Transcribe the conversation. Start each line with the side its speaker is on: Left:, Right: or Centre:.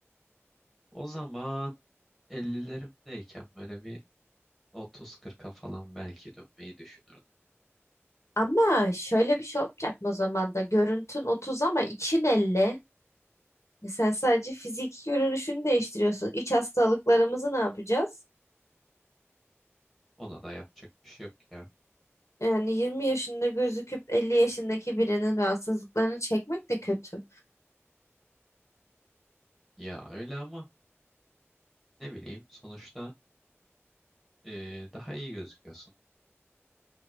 Centre: O zaman ellilerimdeyken böyle bir otuz kırk'a falan belki dönmeyi düşünürdüm.
Left: Ama şöyle bir şey olacak mı o zaman da görüntün 30 ama için 50. E Sen sadece fiziki görünüşünü değiştiriyorsun. İç hastalıklarımızı ne yapacağız?
Centre: Ona da yapacak bir şey yok ya.
Left: Yani 20 yaşında gözüküp 50 yaşındaki birinin rahatsızlıklarını çekmek de kötü.
Centre: Ya öyle ama ne bileyim sonuçta e, daha iyi gözüküyorsun.